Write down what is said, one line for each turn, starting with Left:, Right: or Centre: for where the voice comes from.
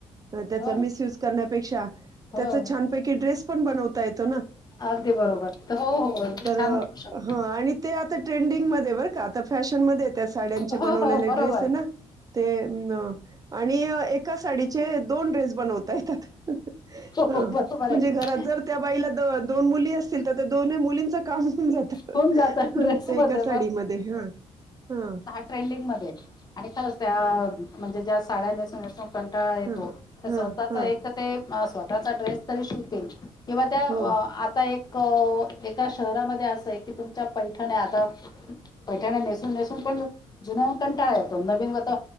Right: त्याचा
Left: हो ना
Right: मिसयुज करण्यापेक्षा <inaudible>
Left: हो
Right: त्याचा छानपैकी ड्रेस ब येत
Left: अगदी बरोबर तर हो हो अगदी
Right: <inaudible>
Left: छान होऊ शकतो
Right: ह आणि ते आता ट्रेंडिंगमध्येध्ये बरं का आता फॅशनमध्येध्ये त्या साड्यांचे
Left: हो
Right: बनवलेले
Left: हो बरोबर
Right: ड्रेस आहे ना ते <inaudible> आणि एक साडीचे दोन ड्रेस बनवता येतात. <inaudible>
Left: हो हो बरोबर
Right: म्हणजे
Left: आहे.
Right: घरात जर त्या बाईला दोन मुली असतील तर त्या दोनही मुलीं काम जात
Left: होऊन जात
Right: त्या
Left: ड्रेस
Right: एका
Left: मध्ये
Right: साडीमध्ये ह हा <inaudible>
Left: ट्रेंडिंगमध्ये <inaudible> आणि खरंच त्या म्हणजे ज्या साड्या नस पणट येतो
Right: हां,
Left: तर स्वतःचा
Right: हां, हां.
Left: एक तर ते स्वतःचा ड्रेस तरी शिवतील किंवा त्या
Right: हो,
Left: आता एक <inaudible> का शहरामध्ये असं आहे कि तुमच्या पैठण आता <inaudible> <inaudible> पैठाण नेसून नेसून पण जुन कंटाळा येतो नवीन वता